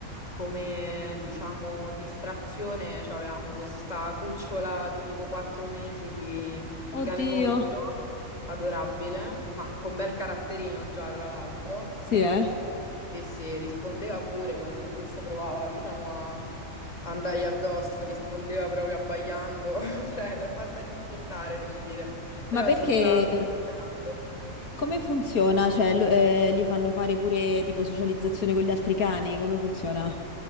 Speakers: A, on the left; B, on the left.
A: come, diciamo, distrazione. Avevamo questa cucciola di tipo 4 mesi di, di
B: Oddio,
A: cane corso, adorabile, ma con bel caratterino già, tra l'altro.
B: sì, eh.
A: E se rispondeva pure quando Bruce provava, diciamo, a andargli addosso, rispondeva proprio abbaiando, <laughs> cioè si è fatta rispettare, devo dire. Però
B: Ma perché
A: sì, sta, sta migliorando.
B: come funziona? Cioè, lo- eh, gli fanno fare pure tipo socializzazione con gli altri cani? Come funziona?